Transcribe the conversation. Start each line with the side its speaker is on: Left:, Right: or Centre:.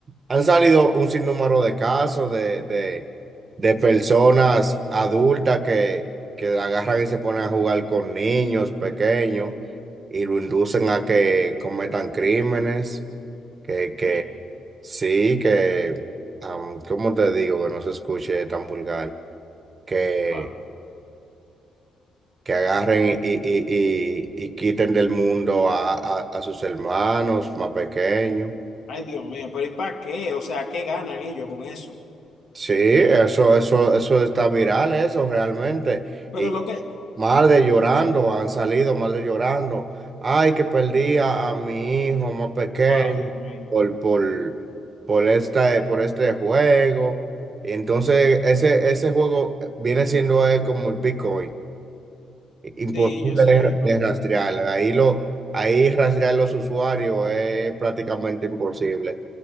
Right: Han salido un sinnúmero de casos de, de, de personas adultas que, que agarran y se ponen a jugar con niños pequeños y lo inducen a que cometan crímenes, que, que
Left: eh,
Right: sí, que, am, ¿cómo te digo? Que no se escuche tan vulgar, que,
Left: upa.
Right: que agarren y, y, y, y- y quiten del mundo a, a, a sus hermanos más pequeños.
Left: Ay, Dios mío, pero ¿y para qué? O sea, ¿qué ganan ellos con eso?
Right: Sí, eso, eso, eso está viral, eso realmente.
Left: Pero
Right: Y
Left: lo que,
Right: madres llorando, han salido madres llorando. Ay, que perdí a, a mi hijo más pequeño
Left: wow, Dios mío.
Right: por, por, por esta- por este juego. Y entonces ese, ese juego viene siendo eh, como el Bitcoin. Imposible
Left: Sí, yo sé
Right: de,
Left: cómo.
Right: de rastrear. Ahí, lo, ahí rastrear los usuarios es prácticamente imposible.